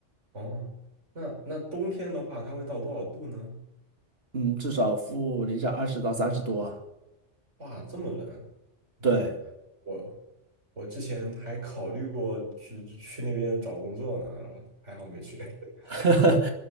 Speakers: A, on the right (about 70°); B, on the right (about 55°).
A: 哦，那那冬天的话，它会到多少度呢？
B: 嗯，至少负零下二十到三十度啊，
A: 哇，这么冷。嗯，
B: 对。
A: 我我之前还考虑过去去那边找工作呢，还好没去。<laughs>
B: <laughs>